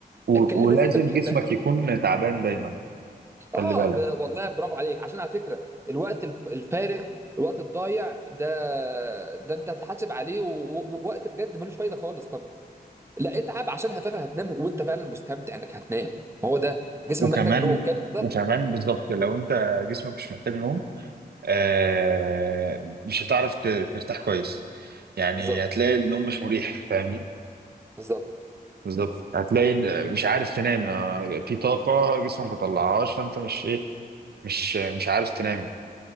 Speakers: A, on the right; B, on the right.
A: و...
B: اتكلم
A: ولازم
B: ناس اللي انت بتحبها
A: جسمك يكون تعبان دايما
B: اه
A: خلي بالك
B: ب... والله برافو عليك عشان على فكره الوقت الف- الفارغ الوقت الضايع ده ده انت هتحاسب عليه ووقت بجد ملوش فايده خالص طب لا اتعب عشان فعلا هتنام وانت فعلا مستمتع انك هتنام هو ده جسمك
A: وكمان
B: محتاج نوم كده بالظبط
A: وكمان بالظبط لو انت جسمك مش محتاج نوم آه... مش هتعرف ت... ترتاح كويس يعني
B: بالظبط
A: هتلاقي النوم مش مريح فاهمني
B: بالظبط
A: بالظبط هتلاقي ال- مش عارف تنام آه، في طاقة جسمك ما طلعهاش فانت مش ايه مش مش عارف تنام